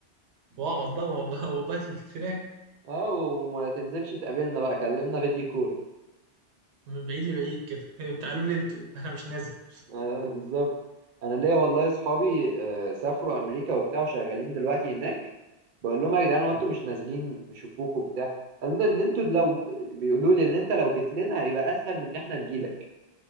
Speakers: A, on the right; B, on the right.
A: واقعد بقى وب- <laughs> وباتل هناك
B: اه وما تنزلش تقابلنا بقى كلمنا فيديو كول
A: من بعيد لبعيد كده <laughs>
B: <laughs>
A: تعالوا لي انتوا انا مش نازل
B: آه بالظبط انا ليا والله اصحابي آه، سافروا امريكا وبتاع وشغالين دلوقتي هناك بقول لهم يا جدعان هو
A: <laughs>
B: انتوا مش نازلين نشوفوكوا وبتاع قالوا لنا ان انتوا لو بيقولوا لي ان انت لو جيت لنا هيبقى اسهل من ان احنا نجيلك